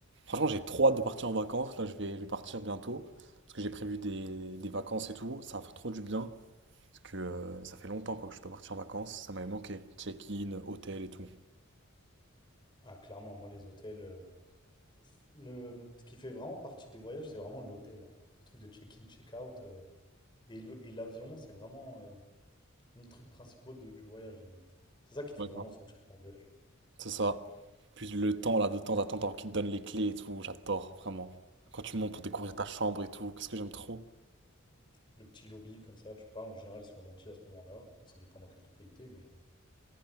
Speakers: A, on the right; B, on the left.
A: Franchement, j'ai trop hâte de partir en vacances. Là, je vais, je vais partir bientôt. Parce que j'ai prévu des, des vacances et tout. Ça va faire trop du bien. Parce que euh, ça fait longtemps quoi, que je suis pas parti en vacances. Ça m'avait manqué. Check-in, hôtel et tout.
B: Ah, clairement, moi, les hôtels. euh, le, ce qui fait vraiment partie des voyages, c'est vraiment l'hôtel. hein. Le truc de check-in, check-out. euh, et le- et l'avion, c'est vraiment euh, un truc principal de- du voyage, limite. C'est ça qui te
A: Ouais,
B: fait vraiment
A: grave.
B: sentir que t'es en voyage.
A: C'est ça. Puis le temps, là, de temps d'attente, alors qu'ils te donnent les clés et tout. J'adore, vraiment. Quand tu montes pour découvrir
B: Dans le
A: ta chambre et tout. Qu'est-ce que j'aime trop.
B: petit lobby, comme ça, tu parles. En général, ils sont gentils à ce moment-là. Bon, ça dépend dans quel pays t'es, mais.